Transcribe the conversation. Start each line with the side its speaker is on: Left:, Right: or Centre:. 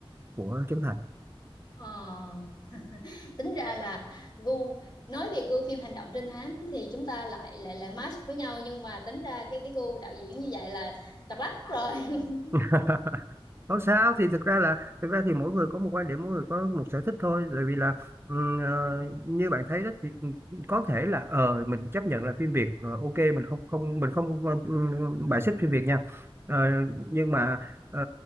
Right: của Trấn Thành
Left: Ờ, tính ra là gu nói về gu phim hành động trinh thám thì chúng ta lại lại lại match với nhau nhưng mà tính ra cái gu đạo diễn như vậy là độc đáo rồi. <laughs>
Right: <laughs> không sao thì thực ra là thực ra thì mỗi người có một quan điểm mỗi người có một sở thích thôi bởi vì là ừm, ờ, như bạn thấy đó thì có thể là ờ mình chấp nhận là phim Việt ờ, ok mình không không mình không ừm, bài xích phim Việt nha Ờ, nhưng mà ờ,